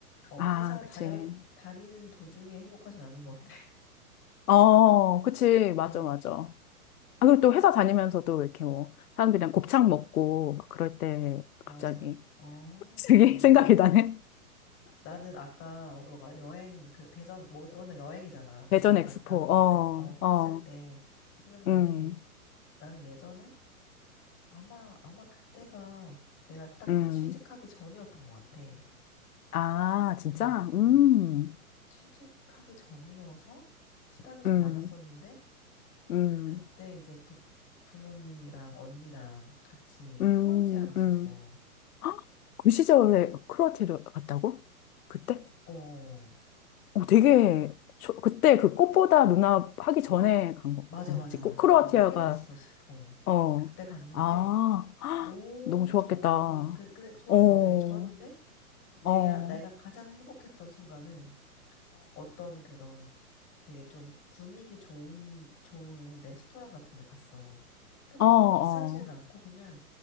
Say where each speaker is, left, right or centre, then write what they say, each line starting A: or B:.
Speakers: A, on the left (about 30°); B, on the left (about 75°).
A: 어,
B: 아,
A: 회사 다녀,
B: 그치.
A: 다니는 도중에 행복하진 않은 것 같아. <laughs>
B: 어, 그치. 맞아,
A: 응.
B: 맞아. 아, 그리고 또 회사 다니면서도 이렇게 뭐, 사람들이랑 곱창 먹고, 막 그럴 때
A: 맞아.
B: 갑자기,
A: 어,
B: <laughs> 갑자기
A: 그러네.
B: 생각이 나네.
A: 나는 아까 너가 여행, 그 대전, 뭐, 오늘 여행이잖아. 대전
B: 대전 엑스포,
A: 갔다고
B: 어,
A: 엑, 어, 했을
B: 어,
A: 때 생각난
B: 음,
A: 게 나는 예전에 아마, 아마 그때가 내가 딱
B: 음.
A: 그 취직하기 전이었던 것 같아.
B: 아, 진짜?
A: 응,
B: 음,
A: 응. 취직하기 전이어서 시간이 좀
B: 음,
A: 많았었는데
B: 음,
A: 그때 이제 부, 부모님이랑 언니랑 같이
B: 음,
A: 크로아티아를 갔었어.
B: 음. 헉, 그 시절에 크로아티아를 갔다고? 그때?
A: 어,
B: 어, 되게,
A: 그,
B: 초, 그때 그 꽃보다 누나 하기 전에 간 거.
A: 맞아,
B: 아니,
A: 맞아,
B: 그치.
A: 맞아,
B: 꽃, 크로아티아가,
A: 맞아. 꽤 됐어, 십, 어.
B: 어,
A: 그때 갔는데,
B: 아, 헉,
A: 너무
B: 너무 좋았겠다.
A: 좋은 거야.
B: 어,
A: 그, 근데 좋았어.
B: 어,
A: 되게 좋았는데, 내,
B: 어,
A: 내가 가장 행복했던 순간은 어떤 그런 되게 좀 분위기 좋은, 좋은 레스토랑 같은 데 갔어. 근데
B: 어,
A: 막
B: 어,
A: 엄청 비싸지는 않고, 그냥,